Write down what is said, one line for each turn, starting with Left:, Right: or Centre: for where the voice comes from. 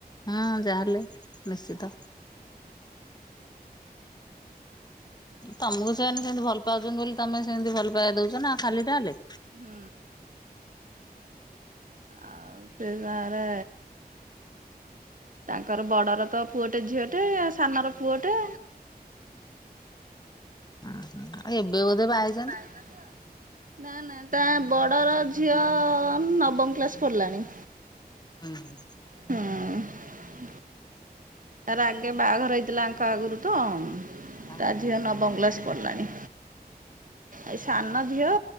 Left: ହଁ ଯାହେଲେ ନିଶ୍ଚିତ। ତମକୁ
Right: ଆଉ
Left: ସେମାନେ ସେମିତି ଭଲ ପାଉଛନ୍ତି ବୋଲି ତମେ ସେମିତି ଭଲ ପାଇବା ଦଉଛ ନା ଖାଲି ଟା ହେଲେ।
Right: ହୁଁ ଆଉ ସେ ଟଙ୍କାରେ। ତାଙ୍କର ବଡ଼ର ତ ପୁଅଟେ ଝିଅଟେ ସାନର ପୁଅଟେ।
Left: ଆଉ ଏବେ ବୋଧେ ବାହା ହେ
Right: ବାହା ହୋଇଛନ୍ତି ଆଉ। ନା ନା ତା ବଡ଼ର ଝିଅ ନବମ କ୍ଲାସ୍ ପଢ଼ିଲାଣି।
Left: ହୁଁ ହୁଁ
Right: ହୁଁ ତାର ଆଗେ ବାହାଘର ହେଇଥିଲା ଆଙ୍କ ଆଗରୁ ତ
Left: ଆ
Right: ତା ଝିଅ ନବମକ୍ଲାସ୍ ପଡ଼ିଲାଣି। ଏଇ ସାନଝିଅ